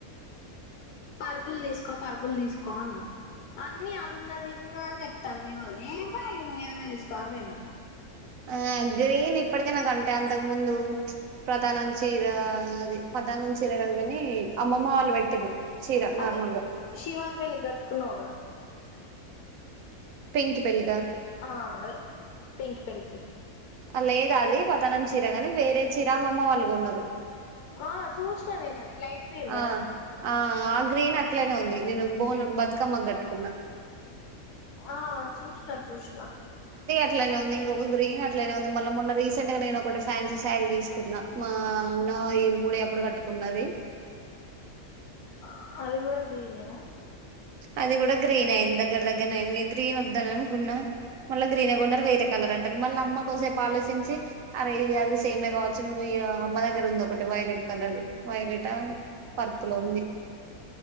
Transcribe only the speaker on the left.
పర్పుల్ తీసుకో పర్పుల్ తీసుకో అన్నా అన్ని అదున్నది ఇదున్నది అని చెప్తాంది మీ వదిన అదే ప నువ్వు ఏదైనా తీసుకోని నేను అన్నా
అదే
శివాన్ పెల్లికి కట్టుకున్నావుగా
ఆ అదే పింకి పెళ్ళికి
ఆ చూసినా నేను అది లైట్ గ్రీన్
కదా
ఆ చూసిన చూసిన
అ అది కూడ గ్రీనెనా